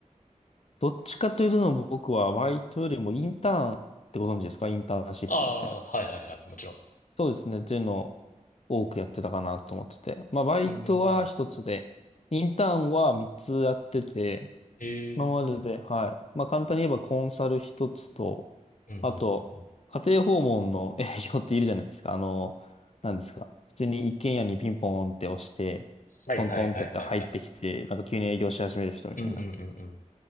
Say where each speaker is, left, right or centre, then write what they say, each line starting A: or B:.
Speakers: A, on the left; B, on the left.
A: どっちかというと僕はバイトよりもインターンってご存知ですかインターンシップみたいな。
B: ああ、はいはいはい、もちろん。
A: そうですね。っていうのを多くやってたかなと思ってて。まあバイトは一つで、
B: うんうんうん。
A: インターンは三つやってて、
B: ええ
A: 今までで、はい。まあ、簡単に言えばコンサル一つと、
B: うんうんうんうん。
A: あと、家庭訪問の営業っているじゃないですか。あの、なんですか。普通に一軒家にピンポンって押して、
B: はいはいはいはいはい。
A: トントンってやって入ってきて、なんか急に営業し始める人みたいな。
B: うんうんうんうん。